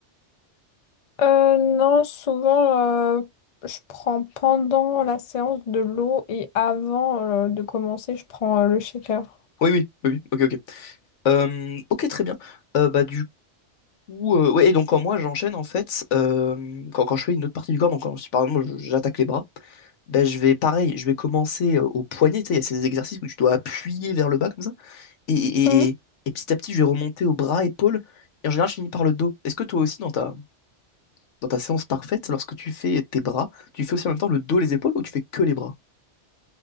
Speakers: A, on the left; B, on the left.
A: Euh, non, souvent, euh, je prends pendant la séance de l'eau et avant euh, de commencer, je prends euh, le shaker.
B: Oui, oui, oui, oui. Ok, ok. Euh, ok, très bien. Euh, bah du coup, euh, ouais. Et donc quand moi j'enchaîne en fait, euh, quand, quand je fais une autre partie du corps, donc quand, je par exemple je- j'attaque les bras, ben je vais pareil, je vais commencer euh, au poignet. Tu sais, il y a ces exercices où tu dois appuyer vers le bas comme ça, et, et,
A: Hum.
B: et, et petit à petit je vais remonter au bras, épaules. Et en général, je finis par le dos. Est-ce que toi aussi dans ta dans ta séance parfaite, lorsque tu fais tes bras, tu fais aussi en même temps le dos, les épaules ou tu fais que les bras?